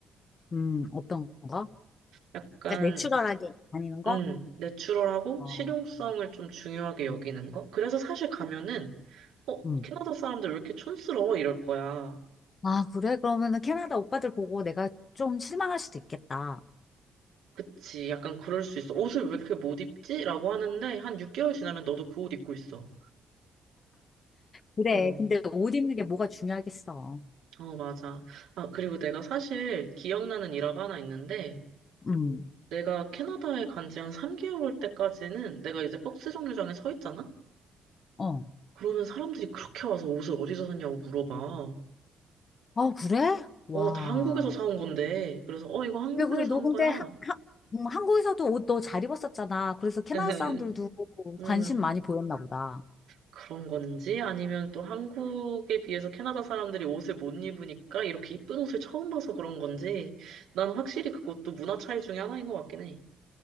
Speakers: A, on the left; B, on the right.
A: 음, 어떤 거?
B: 약간
A: 그러니까 내추럴하게 다니는 거?
B: 음, 내추럴하고
A: 어,
B: 실용성을
A: 음.
B: 좀 중요하게 여기는
A: 음.
B: 거. 그래서 사실 가면은 어,
A: 음.
B: 캐나다 사람들 왜 이렇게 촌스러워 이럴 거야.
A: 아, 그래? 그러면은 캐나다 오빠들 보고 내가 좀 실망할 수도 있겠다.
B: 그치. 약간 그럴 수 있어. 옷을 왜 이렇게 못 입지? 라고 하는데, 한 6개월 지나면 너도 그 옷 입고 있어.
A: 그래.
B: 어,
A: 근데 옷 입는 게 뭐가 중요하겠어.
B: 어, 맞아. 아, 그리고 내가 사실 기억나는 일화가 하나 있는데,
A: 음.
B: 내가 캐나다에 간지 한 3개월 때까지는 내가 이제 박스 정류장에 서 있잖아?
A: 어.
B: 그러면 사람들이 그렇게 와서 옷을 어디서 샀냐고 물어봐.
A: 어, 그래? 와.
B: 어, 다 한국에서 사온 건데. 그래서, 어, 이거 한국에서
A: 그래, 그래.
B: 산
A: 너 근데
B: 거야.
A: 한, 한, 음, 한국에서도 옷 너 잘 입었었잖아. 그래서 캐나다
B: <laughs>
A: 사람들도
B: 음,
A: 관심 많이 보였나 보다.
B: 그런 건지 아니면 또 한국에 비해서 캐나다 사람들이 옷을 못 입으니까 이렇게 이쁜 옷을 처음 봐서 그런 건지 난 확실히 그것도 문화 차이 중에 하나인 것 같긴 해.